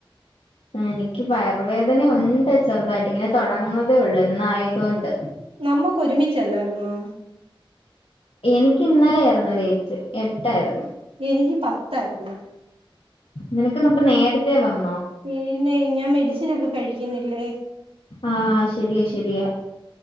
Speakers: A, on the left; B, on the right.
A: എനിക്ക് വയർവേദനയുണ്ട് ചെറുതായിട്ട് ഇങ്ങനെ തുടങ്ങുന്നതേ ഉള്ള് ഇന്നയത് കൊണ്ട്
B: നമ്മക്ക് ഒരുമിച്ചല്ലായിരുന്നോ
A: എനിക്ക് ഇന്നലൊയര്ന്നു ഡേറ്റ് എട്ടായിര്ന്നു
B: എനിക്ക് പത്തായിരുന്നു
A: നിനക്കിന്നപ്പ നേരത്തെേ വന്ന...
B: പെരുന്നേ ഞാൻ മെഡിസിൻ ഒക്കെ കഴിക്കുന്നില്ലേ
A: ആഹ് ശരിയാ ശരിയാ